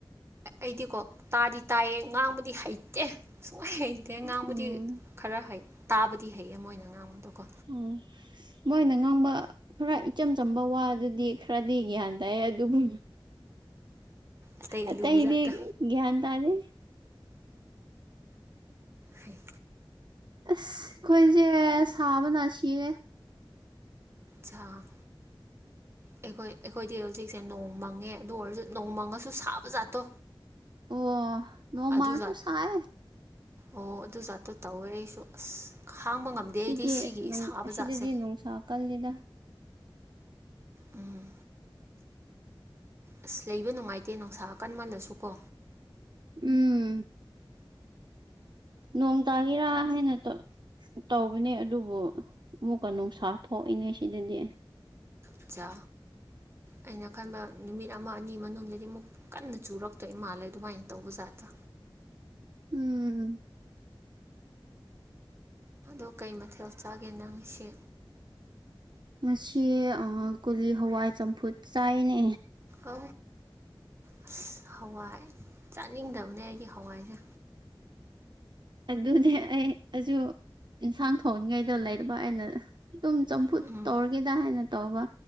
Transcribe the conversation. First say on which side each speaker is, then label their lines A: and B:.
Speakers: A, on the right (about 30°); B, on the right (about 60°).
A: ꯑꯩꯗꯤꯀꯣ ꯇꯥꯗꯤ ꯇꯥꯏꯌꯦ ꯉꯥꯡꯕꯗꯤ ꯍꯩꯇꯦ ꯁꯨꯡꯍꯩ ꯍꯩꯇꯦ ꯉꯥꯡꯕꯗꯤ
B: ꯎꯝ
A: ꯈꯔ ꯍꯩ ꯇꯥꯕꯗꯤ ꯍꯩꯌꯦ ꯃꯣꯏꯅ ꯉꯥꯡꯕꯗꯣꯀꯣ
B: ꯑꯣ ꯃꯣꯏꯅ ꯉꯥꯡꯕ ꯈꯔ ꯏꯆꯝ ꯆꯝꯕ ꯋꯥ ꯑꯗꯨꯗꯤ ꯈꯔꯗꯤ ꯒ꯭ꯌꯥꯟ ꯇꯥꯏꯌꯦ ꯑꯗꯨꯕꯨ
A: ꯑꯇꯩ
B: ꯑꯇꯩꯗꯤ
A: ꯑꯂꯨꯖꯥꯠꯇꯣ
B: ꯒꯌ꯭ꯥꯟ ꯇꯥꯗꯦ
A: ꯍꯩ
B: ꯑꯁ ꯑꯩꯈꯣꯏꯁꯦ ꯁꯥꯕꯅ ꯁꯤꯔꯦ
A: ꯁꯥꯕꯅ ꯑꯩꯈꯣꯏ ꯑꯩꯈꯣꯏꯗꯤ ꯍꯧꯖꯤꯛꯁꯦ ꯅꯣꯡ ꯃꯪꯉꯦ ꯑꯗꯨ ꯑꯣꯏꯔꯁꯨ ꯅꯣꯡ ꯃꯪꯉꯁꯨ ꯁꯥꯕ ꯖꯥꯠꯇꯣ
B: ꯑꯣ ꯅꯣꯡꯃꯥꯡꯁꯨ
A: ꯑꯗꯨ ꯖꯥꯠ
B: ꯁꯥꯏ
A: ꯑꯣ ꯑꯗꯨ ꯖꯥꯠꯇꯣ ꯇꯧꯋꯦ ꯑꯩꯁꯨ ꯑꯁ ꯈꯥꯡꯕ ꯉꯝꯗꯦ ꯑꯩꯗꯤ
B: ꯁꯤꯗꯤ
A: ꯁꯤꯒꯤ ꯁꯥꯕ
B: ꯑꯁꯤꯗꯗꯤ
A: ꯖꯥꯠꯁꯦ
B: ꯅꯨꯡꯁꯥ ꯀꯜꯂꯤꯗ
A: ꯎꯝ ꯑꯁ ꯂꯩꯕ ꯅꯨꯡꯉꯥꯏꯇꯦ ꯅꯨꯡꯁꯥ ꯀꯟꯃꯜꯂꯁꯨ ꯀꯣ
B: ꯎꯝ ꯅꯣꯡ ꯇꯥꯒꯤꯔꯥ ꯍꯥꯏꯅ ꯇꯧ ꯇꯧꯕꯅꯦ ꯑꯗꯨꯕꯨ ꯑꯃꯨꯛꯀ ꯅꯨꯡꯁꯥ ꯊꯣꯛꯑꯦꯅꯦ ꯁꯤꯗꯗꯤ
A: ꯑꯆꯥ ꯑꯩꯅ ꯈꯟꯕ ꯅꯨꯃꯤꯠ ꯑꯃ ꯑꯅꯤ ꯃꯅꯨꯡꯗꯗꯤ ꯑꯃꯨꯛ ꯀꯟꯅ ꯆꯨꯔꯛꯇꯣꯏ ꯃꯥꯜꯂꯦ ꯑꯗꯨꯃꯥꯏꯅ ꯇꯧꯕ ꯖꯥꯠꯇꯣ
B: ꯎꯝ
A: ꯑꯣ ꯀꯩ ꯃꯥꯊꯦꯜ ꯆꯥꯒꯦ ꯅꯪ ꯉꯁꯤ
B: ꯉꯁꯤ ꯀꯣꯂꯤ ꯍꯋꯥꯏ ꯆꯝꯐꯨꯠ ꯆꯥꯏꯅꯦ
A: ꯑ ꯑꯁ ꯍꯋꯥꯏ ꯆꯥꯅꯤꯡꯗꯕꯅꯦ ꯑꯩꯗꯤ ꯍꯋꯥꯏꯁꯦ
B: ꯑꯗꯨꯗꯤ ꯑꯩ ꯑꯗꯨꯁꯨ ꯌꯦꯟꯁꯥꯡ ꯊꯣꯡꯅꯤꯡꯉꯥꯢꯗꯣ ꯂꯩꯇꯕ ꯑꯩꯅ ꯑꯗꯨꯝ ꯆꯝꯐꯨꯠ
A: ꯎꯝ
B: ꯇꯧꯔꯒꯦꯗ ꯍꯥꯏꯅ ꯇꯧꯕ